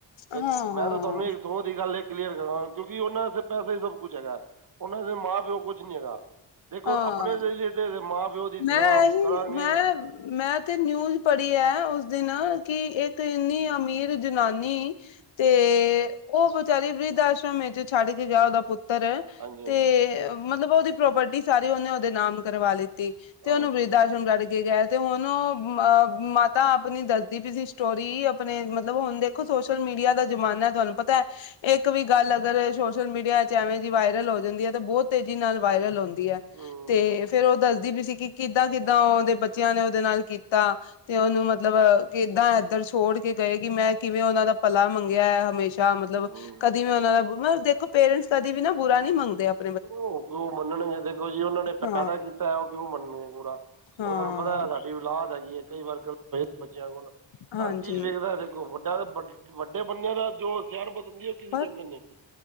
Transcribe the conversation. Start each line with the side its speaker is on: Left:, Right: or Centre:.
Left: ਹਾਂ
Right: ਜੇ
Left: ਹਾਂ
Right: ਮੈਂ ਤਾਂ ਤੁਹਾਨੂੰ ਇੱਕ ਸੋਚ ਦੀ ਗੱਲ ਐ ਕਲੀਅਰ ਕਰਾਂ ਕਿਉਂਕਿ ਓਨਾਂ ਸ ਪੈਸਾ ਹੀ ਸਭ ਕੁੱਛ ਹੈਗਾ, ਓਨਾਂ ਦੇ ਮਾਂ ਪਿਓ ਕੁਛ ਨੀ ਹੈਗਾ। ਦੇਖੋਂ
Left: ਹਾਂ
Right: ਆਪਨੇ ਜ਼ਰੀਏ ਤੇ ਮਾਂ ਪਿਓ ਦੀ
Left: ਮੈਂ
Right: ਸੇਵਾ
Left: ਇਹੀ
Right: ਕਰਾਂਗੇ।
Left: ਮੈਂ ਮੈਂ ਤੇ ਨਿਊਜ ਪੜ੍ਹੀ ਐ ਉਸ ਦਿਨ ਕਿ ਇੱਕ ਇੰਨੀ ਅਮੀਰ ਜਨਾਨੀ ਤੇ ਓ ਵਿਚਾਰੀ ਵ੍ਰਿਧ ਆਸ਼ਰਮ ਵਿੱਚ ਛੱਡ ਕੇ ਗਿਆ ਓਦਾ ਪੁੱਤ ਤਰ
Right: ਹਾਂਜੀ ਹਾਂਜੀ
Left: ਤੇ ਮਤਲਬ ਓਦੀ ਪ੍ਰੋਪਰਟੀ ਸਾਰੀ ਓਨੇ ਓਦੇ ਨਾਮ ਕਰਵਾਲੀ ਕੀਤੀ ਤੇ, ਓਨੂੰ
Right: ਓਕੇ
Left: ਬ੍ਰਿਧ ਆਸ਼ਰਮ ਛੱਡ ਕੇ ਗਿਆ। ਤੇ ਹੁਣ ਓ ਅ ਮਾਤਾ ਆਪਨੀ ਦੱਸਦੀ ਪਈ ਸੀ ਸਟੋਰੀ, ਅਪਨੇ ਮਤਲਬ ਹੁਨ ਦੇ ਦੇਖੋ ਸੋਸ਼ਲ ਮੀਡੀਆ ਦਾ ਜ਼ਮਾਨਾ ਤੁਹਾਨੂੰ ਪਤਾ ਐ, ਇੱਕ ਵੀ ਗੱਲ ਅਗਰ ਏ ਸੋਸ਼ਲ ਮੀਡੀਆ 'ਚ ਐਵੇਂ ਦੀ ਵਾਇਰਲ ਹੋ ਜਾਂਦੀ ਐ, ਤੇ ਬੋਤ ਤੇਜ਼ੀ ਨਾਲ ਵਾਇਰਲ ਹੁੰਦੀ ਐ।
Right: ਹੂੰ
Left: ਤੇ ਫੇਰ ਓ ਦੱਸਦੀ ਪੀ ਸੀ ਕਿ ਕਿੱਦਾਂ-ਕਿੱਦਾਂ ਓਦੇ ਬੱਚਿਆਂ ਨੇ ਓਦੇ ਨਾਲ ਕੀਤਾ। ਤੇ ਓਨੂੰ ਮਤਲਬ ਕਿੱਦਾਂ ਏਧਰ ਛੋੜ ਕੇ ਗਏ ਕਿ ਮੈਂ ਕਿਵੇਂ ਓਨਾਂ ਦਾ ਭਲਾ ਮੰਗਿਆ ਹਮੇਸ਼ਾ ਯਾ ਮਤਲਬ
Right: ਹੂੰ,
Left: ਕਦੀ ਵੀ ਓਨਾਂ ਦਾ, ਮਤਲਬ ਦੇਖੋ ਪੇਰੈਂਟਸ ਕਦੇ ਵੀ ਨਾ ਬੁਰਾ ਨੀ ਮੰਗਦੇ ਆਪ
Right: ਓ ਜੋ ਮੰਨਣ ਗੇ ਤੇ ਦੇਖੋ ਜੀ, ਓਨਾਂ ਨੇ ਪੈਦਾ
Left: ਹਾਂ
Right: ਕੀਤਾ ਓ ਕਿਉਂ ਮੰਗਨ ਗੇ ਬੁਰਾ
Left: ਹਾਂ
Right: ਓਨਾਂ ਨੂੰ ਪਤਾ ਸਾਡੀ ਔਲਾਦ ਹੈਗੀ ਏ ਕਈ ਵਾਰ <unintelligible> ਬੱਚਿਆਂ ਕੋਲ
Left: ਹਾਂਜੀ
Right: ਹਰ ਚੀਜ਼ ਵੇਖਦਾ ਵੱਡਾ ਵੱਡੇ ਬੰਦਿਆਂ ਦਾ ਜੋ ਸਿਆਣਪਤ ਹੰਦੀ, ਓ ਕਿਸੇ
Left: ਪਰ
Right: ਦੇ ਅੰਦਰ ਨੀ ਹੁੰਦੀ।